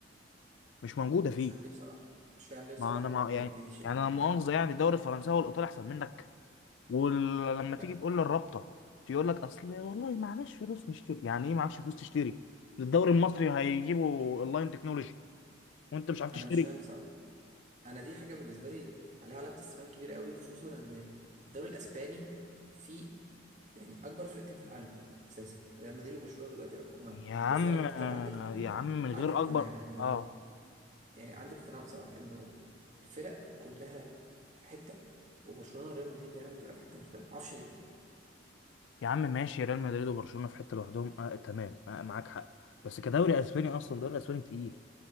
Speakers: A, on the left; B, on the right.
A: مش موجوده فيه
B: مش فاهم ليه بصراحة مش فاهم ليه بصراحة
A: ما انا مع
B: بجد
A: يعني
B: دي شيء
A: يعني
B: من...
A: انا مؤاخذه يعني الدوري الفرنساوي والايطالي احسن منك ولما تيجي
B: لا
A: تقول للرابطه تقول لك اصل والله معناش فلوس نشتري يعني ايه معكش فلوس تشتري الدوري المصري هيجيبوا اللاين تكنولوجي وانت مش عارف تشتري
B: انا مش فاهم بصراحة انا دي حاجه بالنسبه لي عليها علامه استفهام كبيره قوي خصوصا ان الدوري الاسباني فيه يعني اكبر فرقتين في العالم اساسا ريال مدريد وبرشلونه دلوقتي أكبر هما
A: يا عم
B: بص انا مقتنع عندي اقتناع
A: يا عم من غير
B: عندي اقتناع
A: اكبر
B: انه
A: اه
B: يعني عندي اقتناع بصراحه انه الفرق كلها في حته وبرشلونه وريال مدريد دايما بتبقى في حته مختلفه معرفش ليه
A: يا عم ماشي ريال مدريد وبرشلونه في حته لوحدهم آه تمام آه معاك حق بس كدوري اسباني اصلا الدوري الاسباني تقيل